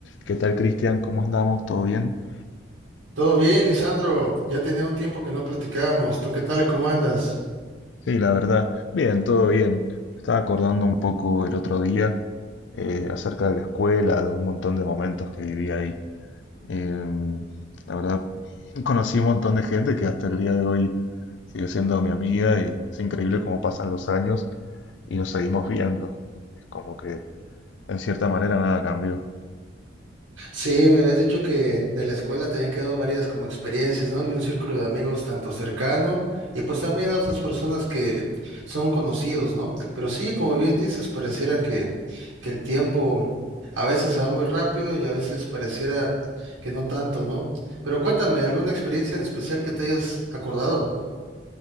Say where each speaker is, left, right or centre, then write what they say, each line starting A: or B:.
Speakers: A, on the left; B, on the right.
A: ¿Qué tal, Cristian? ¿Cómo andamos? ¿Todo bien?
B: Todo bien, Lisandro. Ya tenía un tiempo que no platicábamos. ¿Tú qué tal? ¿Cómo andas?
A: Sí, la verdad, bien, todo bien. Estaba acordando un poco el otro día eh, acerca de la escuela, de un montón de momentos que viví ahí. Em, la verdad, conocí un montón de gente que hasta el día de hoy sigue siendo mi amiga y es increíble cómo pasan los años y nos seguimos viendo. Es como que, en cierta manera, nada cambió.
B: Sí, me habías dicho que de la escuela te habían quedado varias como experiencias, ¿no? Y un círculo de amigos tanto cercano y pues también otras personas que son conocidos, ¿no? Pero sí, como bien dices, pareciera que, que el tiempo a veces se va muy rápido y a veces pareciera que no tanto, ¿no? Pero cuéntame, ¿alguna experiencia en especial que te hayas acordado?